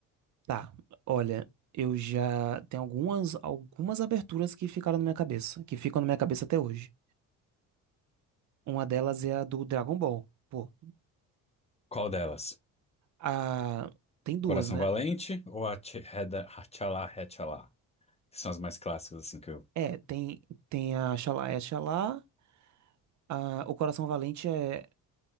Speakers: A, on the right (about 50°); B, on the left (about 20°).
A: Tá, olha, eu já. Tem algumas, algumas aberturas que ficaram na minha cabeça, que ficam na minha cabeça até hoje. Uma delas é a do Dragon Ball. Pô,
B: Qual delas?
A: a. Tem duas,
B: Coração
A: né?
B: Valente ou a Tchala Hatchala? Que são as mais clássicas, assim, que eu...
A: É, tem, tem a Xalá é Xalá, a, o Coração Valente é.